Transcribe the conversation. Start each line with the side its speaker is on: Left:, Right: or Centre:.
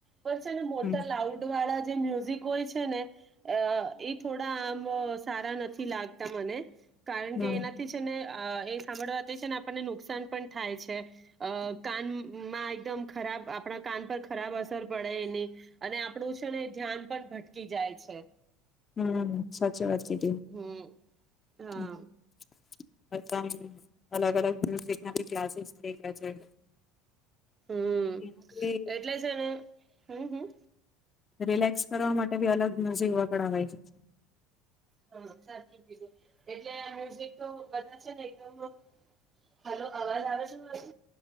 Right: પણ છે ને, મોટા
Left: હમ
Right: લાઉડ વાળા જેમ. જે હોય છે ને, એ થોડા આમ સારા નથી લાગતા મને. કારણ
Left: હમ
Right: કે એનાથી છે ને. અ એ સાંભળવા તે છે ને, આપણને નુકસાન પણ થાય છે, અ કાનમાં એકદમ ખરાબ આપણા. કાન પર ખરાબ અસર પડે એની અને આપણું છે ને ધ્યાન પણ ભટકી જાય છે
Left: હમ સાચી વાતતીી
Right: હમ હા
Left: હતી મ અલગ અલગ મ્યુઝિક ના બી ક્લાસીસ થઈ ગયા
Right: હમ
Left: એનાથી
Right: એટલે છે ને હમ હમ
Left: રિલેક્સ કરવા માટે બી અલગ મ્યુઝિક વકડવાય છે
Right: હા સાચી પી છે એટલે મ્યુઝિક તો બધા છે ને એકદમ હાલ અવાજ આવે છેછ